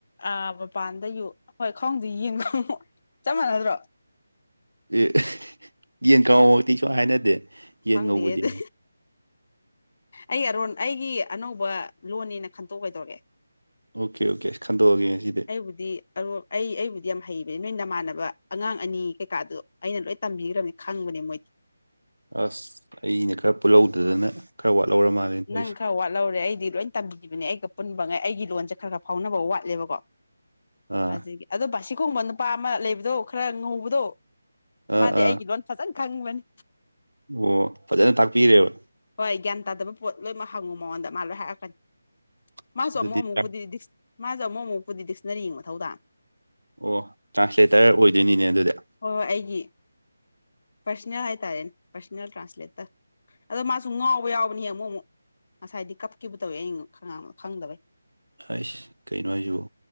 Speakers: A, on the left; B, on the right.
A: ꯑꯥ ꯃꯄꯥꯟꯗ ꯌꯨ ꯍꯣꯏ ꯈꯣꯡꯁꯦ ꯌꯦꯡꯗ ꯑꯃꯨꯛ ꯆꯞ ꯃꯥꯟꯅꯗ꯭ꯔꯣ
B: ꯑꯦ ꯌꯦꯟ ꯉꯥꯃꯛꯇꯤ ꯁꯨꯡ ꯍꯥꯏꯅꯗꯦ ꯌꯦꯟ
A: ꯈꯪꯗꯦꯍꯦ
B: ꯉꯧꯕꯗꯤ
A: ꯑꯗꯨ ꯑꯩ ꯑꯔꯣꯟ ꯑꯩꯒꯤ ꯑꯅꯧꯕ ꯂꯣꯟꯅꯤꯅ ꯈꯟꯇꯣꯛꯀꯗꯧꯔꯦ
B: ꯑꯣꯀꯦ ꯑꯣꯀꯦ ꯑꯁ ꯈꯟꯗꯣꯛꯑꯒꯦ ꯉꯁꯤꯗꯤ
A: ꯑꯩꯕꯨꯗꯤ ꯑ ꯑꯩ ꯑꯩꯕꯨꯗꯤ ꯌꯥꯝ ꯍꯩꯕꯅꯤ ꯅꯣꯏ ꯅꯃꯥꯟꯅꯕ ꯑꯉꯥꯡ ꯑꯅꯤ ꯀꯩꯀꯥꯗꯨ ꯑꯩꯅ ꯂꯣꯏ ꯇꯝꯕꯤꯈ꯭ꯔꯕꯅꯤ ꯈꯪꯕꯅꯦ ꯃꯣꯏꯗꯤ
B: ꯑꯁ ꯑꯩꯅ ꯈꯔ ꯄꯨꯜꯍꯧꯗꯗꯅ ꯈꯔ ꯋꯥꯠꯍꯧꯔ ꯃꯥꯜꯂꯦ ꯇꯧꯔꯤꯁꯦ
A: ꯅꯪ ꯈꯔ ꯋꯥꯠꯍꯧꯔꯦ ꯑꯩꯗꯤ ꯂꯣꯏ ꯇꯝꯕꯤꯈꯤꯕꯅꯦ ꯑꯩꯒ ꯄꯨꯟꯕ ꯉꯩ ꯑꯩꯒꯤ ꯂꯣꯟꯁꯦ ꯈꯔ ꯈꯔ ꯐꯥꯎꯅꯕ ꯋꯥꯠꯂꯦꯕꯀꯣ
B: ꯑꯥ
A: ꯑꯗꯨꯗꯒꯤ ꯑꯗꯣ ꯕꯥꯁꯤ ꯈꯣꯡꯕ ꯅꯨꯄꯥ ꯑꯃ ꯂꯩꯕꯗꯣ ꯈꯔ ꯉꯧꯕꯗꯣ
B: ꯑꯥ
A: ꯃꯥꯗꯤ
B: ꯑꯥ
A: ꯑꯩꯒꯤ ꯂꯣꯟ ꯐꯖꯅ ꯈꯪꯕꯅꯤ
B: ꯑꯣ ꯐꯖꯅ ꯇꯥꯛꯄꯤꯔꯦꯕ
A: ꯍꯣꯏ ꯒ꯭ꯌꯥꯟ ꯇꯥꯗꯕ ꯄꯣꯠ ꯂꯣꯏꯅꯃꯛ ꯍꯪꯉꯨ ꯃꯉꯣꯟꯗ ꯃꯥ ꯂꯣꯏ ꯍꯥꯏꯔꯛꯀꯅꯤ ꯃꯥꯁꯨ
B: ꯑꯁ ꯑꯗꯨꯗꯤ
A: ꯑꯃꯨꯛ ꯑꯃꯨꯛꯄꯨꯗꯤ
B: ꯇ꯭ꯔꯥꯟ-
A: ꯃꯥꯁꯨ ꯑꯃꯨꯛ ꯑꯃꯨꯛꯄꯨꯗꯤ ꯗꯤꯛꯁꯅꯔꯤ ꯌꯦ ꯃꯊꯧ ꯇꯕꯅꯦ
B: ꯑꯣ ꯇ꯭ꯔꯥꯟꯁꯂꯦꯇꯔ ꯑꯣꯏꯗꯣꯏꯅꯤꯅꯦ ꯑꯗꯨꯗꯤ
A: ꯍꯣꯏ ꯍꯣꯏ ꯑꯩꯒꯤ ꯄꯔꯁꯅꯦꯜ ꯍꯥꯏꯇꯥꯔꯦꯅꯦ ꯄꯔꯁꯅꯦꯜ ꯇ꯭ꯔꯥꯟꯁꯂꯦꯇꯔ ꯑꯗꯣ ꯃꯥꯁꯨ ꯉꯥꯎꯕ ꯌꯥꯎꯕꯅꯤꯍꯦ ꯑꯃꯨꯛ ꯑꯃꯨꯛ ꯉꯁꯥꯏꯗꯤ ꯀꯞꯈꯤꯕ ꯇꯧꯋꯦ ꯑꯩ ꯈꯪꯗꯕꯩ
B: ꯍꯁ ꯀꯩꯅꯣ ꯍꯥꯏꯁꯤꯕꯨ